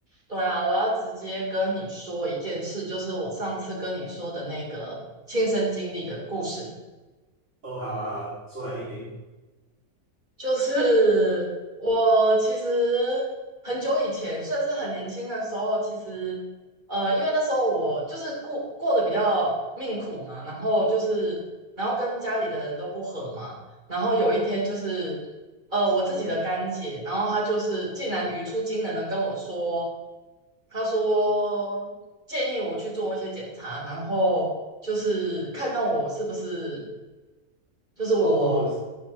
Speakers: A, on the right; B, on the right.
A: 对啊，我要直接跟你说一件事，就是我上次跟你说的那个亲身经历的故事。
B: 哦，好啊，好啊，说来听听。
A: 就是我其实很久以前，算是很年轻的时候，其实呃，因为那时候我就是过过得比较命苦嘛，然后就是然后跟家里的人都不和嘛，然后有一天就是呃，我自己的干姐，然后她就是竟然语出惊人的跟我说。他说建议我去做一些检查，然后就是看看我是不是就是我
B: 哦哦，